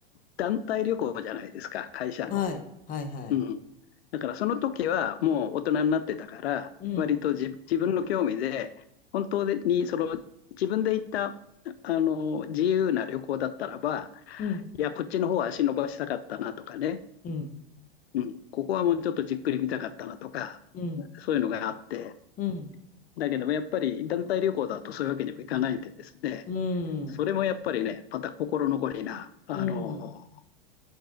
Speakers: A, on the left; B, on the left.
A: 団体旅行じゃないですか、会社の。
B: はい。はいはい。
A: うん。だからその時はもう大人になってたから、
B: うん。
A: 割と自自分の興味で、本当にその自分で行ったあの自由な旅行だったらば、
B: うん。
A: いや、こっちの方は足伸ばしたかったなとかね、
B: うん。
A: うん、ここはもうちょっとじっくり見たかったなとか、
B: うん。
A: そういうのがあって、
B: うん。
A: だけどもやっぱり団体旅行だとそういうわけにもいかないんでですね、
B: うん。
A: それもやっぱりね、また心残りな、あの、
B: うん